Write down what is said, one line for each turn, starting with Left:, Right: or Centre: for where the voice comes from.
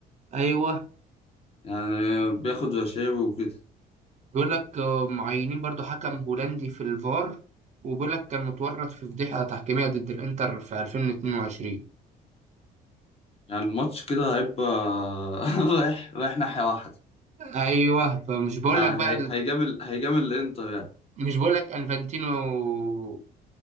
Right: ايوه
Left: يعني بياخد رشاوي وكده
Right: بيقول لك آه، معينين برضو حكم هولندي في الفار وبيقول لك كان متورط في فضيحة تحكيمية ضد الإنتر في 2022
Left: يعني الماتش كده هيبقى <laughs> رايح رايح ناحية واحدة
Right: أيوه فمش بقول
Left: يعني
Right: لك بقى
Left: هي-
Right: ال-
Left: هيجامل هيجامل الانتر يعني
Right: مش بقول لك أنفانتينو